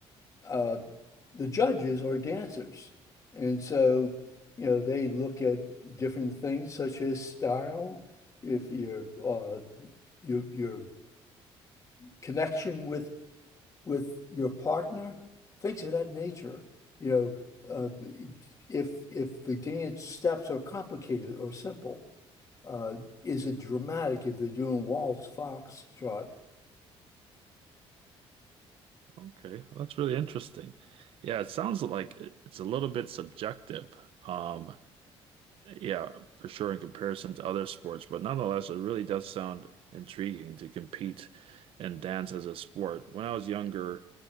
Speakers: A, on the left; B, on the right.
A: uh, the judges are dancers. And so, you know, they look at different things such as style, if your uh, your your connection with with your partner, things of that nature. You know, uh, if if the dance steps are complicated or simple, uh, is it dramatic if they're doing waltz, foxtrot?
B: Okay, well, that's really interesting. Yeah, it sounds like it- it's a little bit subjective. Um, Yeah, for sure in comparison to other sports, but nonetheless, it really does sound intriguing to compete and dance as a sport. When I was younger,